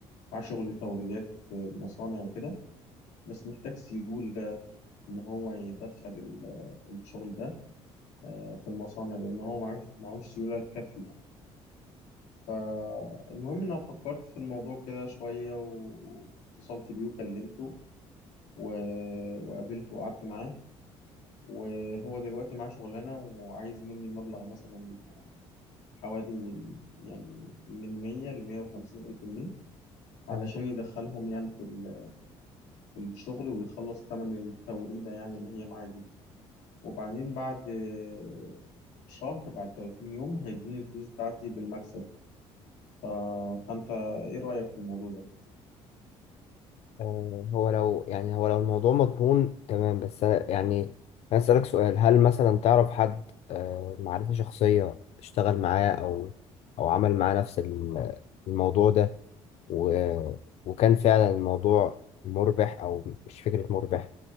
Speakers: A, on the left; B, on the left.
A: مع شغل توريدات في المصانع وكده بس محتاج سيولة إن هو يدخل ال- الشغل ده في المصانع لأن هو معهوش معهوش سيولة تكفي يعني فالمهم إن أنا فكرت في الموضوع كده شوية واتصلت بيه وكلمته و... وقابلته وقعدت معاه وهو دلوقتي معاه شغلانة وعايز مني مبلغ مثلا حوالي يعني من 100 ل 150 ألف جنيه علشان
B: تمام
A: يدخلهم يعني في ال- في الشغل ويخلص تمن التوريدة يعني اللي هي معاه دي وبعدين بعد آه، شهر بعد 30 يوم هيديني الفلوس بتاعتي بالمكسب ف... فأنت إيه رأيك في الموضوع ده؟
B: آه هو لو يعني هو لو الموضوع مضمون تمام بس أنا- يعني عايز أسألك سؤال هل مثلا تعرف حد آه معرفة شخصية اشتغل معاه أو أو عمل معاه نفس ال- الموضوع ده و وكان فعلا الموضوع مربح أو مش فكرة مربح